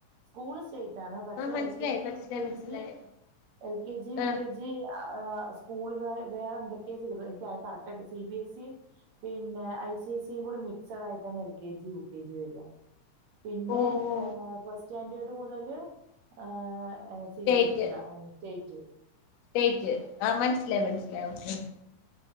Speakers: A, on the right; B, on the left.
A: സ്കൂൾ അതെ പക്ഷെ
B: ആ മനസ്സിലായി
A: എൽ കെ ജി
B: മനസ്സിലായി
A: യു കെ
B: മനസ്സിലായി
A: ജി എൽ കെ ജി യു
B: ആ
A: കെ ജി സ്കൂളുകർ വേറെ എന്തൊക്കെയാ സിലബ എനിക്ക് അ കറക്റ്റ് ആയിട്ട് സി ബിസിയും പിന്നെ ഐ സി സിയും കൂടി മിക്സഡ് ആയിട്ടാണ് L K G U K G വരിക. പിന്നെ
B: ഓ ഓ
A: ആ ഫാസ്റ്റ് ചാൻഡിയേഡ് മുതല് ആഹ്‌ സി
B: സ്റ്റേറ്റ്
A: ബി എസ് എല്ലഓ റ്റ്
B: സ്റ്റേറ്റ് ആഹ് മനസ്സിലായി മനസ്സിലായി ഓക്കെ.